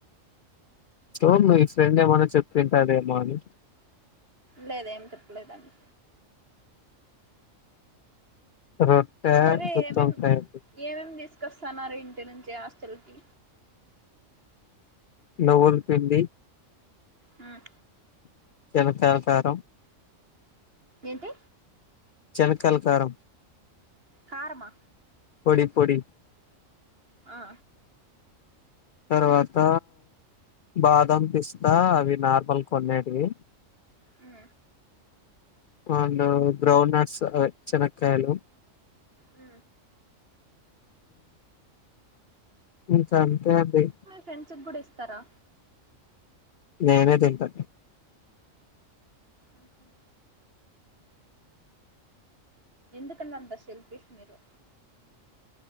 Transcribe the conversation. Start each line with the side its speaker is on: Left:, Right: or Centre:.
Left: సో మీ ఫ్రెండ్ ఏమన్న చెప్పి ఉంటాదేమో అని
Right: లేదు ఏం చేప్పలేదండి
Left: <unintelligible>
Right: సరే
Left: గుత్తొంకాయండి,
Right: ఏమేం ఏమేమి తీసుకొస్త ఉన్నారు ఇంటి నుంచి హాస్టల్ కి
Left: నువ్వుల పిండి
Right: ఉమ్
Left: శనక్కయల కారం
Right: ఏంటి
Left: చెనక్కయల కారం
Right: కారమ్
Left: పొడి పొడి
Right: హా
Left: తర్వాత బాదం పిస్తా అవి నార్మల్ గా కొనేటివి
Right: ఉ
Left: ఆండు గ్రౌన్ నట్సు చెనక్కాయ్లి
Right: ఊ
Left: ఇంకంతే అండి
Right: ఫ్రెండ్సుగ్గుడా ఇస్తరా
Left: నేనే దింటా
Right: ఆహా ఎందుకండి అంత షెల్ఫీస్ మీరు